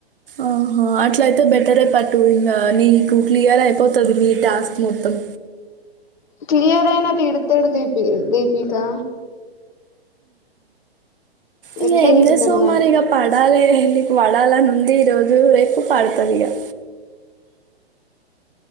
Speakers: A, on the right; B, on the left.
A: ఆహా అట్లైతే బెటరే పటు ఇంగా నీకు క్లియర్ అయిపోతది నీ టాస్క్ మొత్తం
B: క్లియరైనా తిడ్తడు దీపి దీపికా
A: ఇంగేం
B: ఎట్లా తిడతాడు
A: జేస్తవ్
B: నన్ను
A: మరి గా పడాలే నీకు వడాలని ఉందీ రోజు రేపు పడ్తది ఇగా